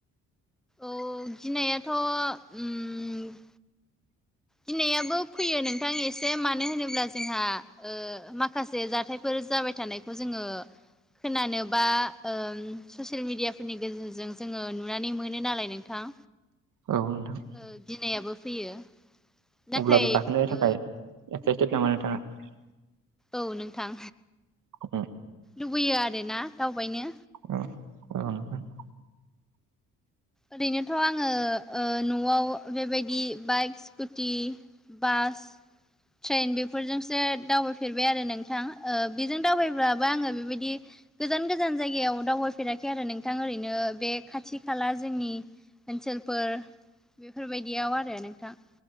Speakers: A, in the centre; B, on the right.
A: औ गिनायाथ' उम्म दिनैयाबो फैयो नोंथां एसे मानो होनोब्ला जोंहा ओ माखासे जाथायफोर जाबाय थानाय खौ जोङो खोनानोबा ओ ससियेल मेडियाफोरनि गेजेरजों जोङो नुनानै मोनो नालाय नोंथां।
B: औ नोंथां।
A: ओ गिनायाबो फैयो। नाथाय
B: अब्लाबो गाखोनो थाखाय
A: ओ
B: एक्साइटेड नामा नोंथाङा?
A: औ नोंथां
B: औ
A: लुबैयो आरोना दावबायनो।
B: अ <unintelligible>
A: ओरैनोथ' आंङो ओ न'आव बेबायदि बाइक स्कुटि बास ट्रेन बेफोरजोंसो दावबायफेरबाय आरो नोंथां बेजों दावबायब्लाबो आंङो बेबायदि गोजान गोजान जायगायाव दावबायफेराखै आरो नोंथां ओरैनो बे खाथि खाला जोंनि ओनसोलफोर बेफोरबायदियाव आरो नोंथां।